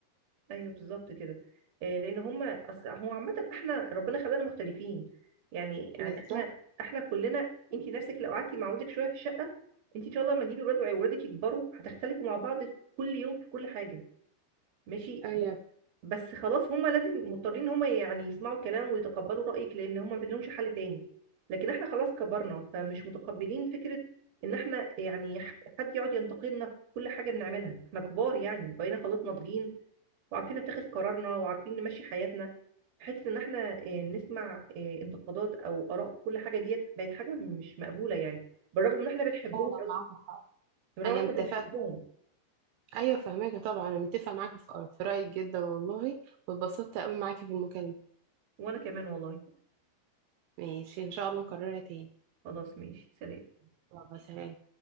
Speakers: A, on the right (about 45°); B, on the right (about 80°).
A: ايوه بالظبط كده آه، لان هما أصل هو عامه احنا ربنا خلقنا مختلفين يعني
B: بالظبط
A: يعني احنا احنا كلنا انت نفسك لو قعدتي مع ولادك شويه في الشقه انت ان شاء الله لما تجيبي ولاد وولادك يكبروا هتختلفوا مع بعض في كل يوم في كل حاجه ماشي
B: ايوه
A: بس بس خلاص هما لازم مضطرين ان هما يعني يسمعوا كلام ويتقبلوا رايك لان هما ما لهمش حل تاني لكن احنا خلاص كبرنا فمش متقبلين فكره ان احنا يعني ح- حد يقعد ينتقدنا في كل حاجه بنعملها احنا كبار يعني بقينا خلاص ناضجين وعارفين نتخذ قرارنا وعارفين نمشي حياتنا حته ان احنا آه، نسمع آه، انتقادات او اراء في كل حاجه ديت بقت حاجه مش مقبوله يعني بالرغم ان احنا بنحبهم
B: فعلا
A: قوي
B: معاك حق
A: بالرغم
B: انا
A: ان احنا
B: اتفقت
A: بنحبهم
B: ايوه فهماكي طبعا انا متفقه معاكي في في رايك جدا والله واتبسطت قوي معاكي في المكالمه
A: وانا كمان والله
B: ماشي ان شاء الله نكررها تاني
A: خلاص ماشي سلام
B: يلا سلام